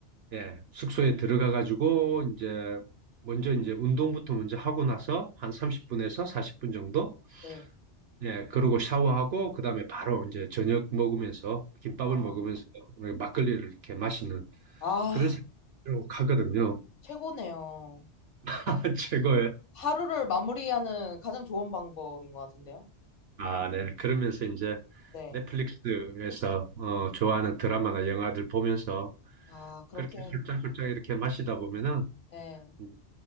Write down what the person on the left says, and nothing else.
네.
아.
아,
최고네요.
하루를 마무리하는 가장 좋은 방법인 것 같은데요.
네.
아, 그렇게.
네.